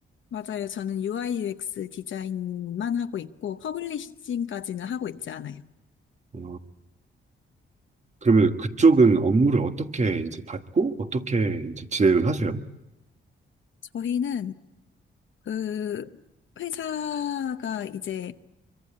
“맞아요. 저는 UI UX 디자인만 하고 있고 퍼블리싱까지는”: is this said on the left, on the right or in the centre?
Left